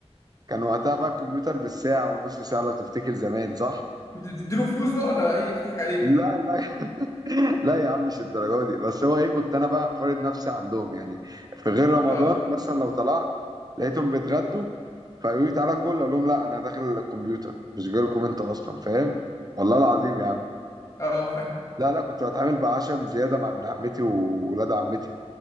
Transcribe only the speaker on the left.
كنت بتديله فلوس بقى ولا بقى ايه تضحك عليه
اه
اه فاهم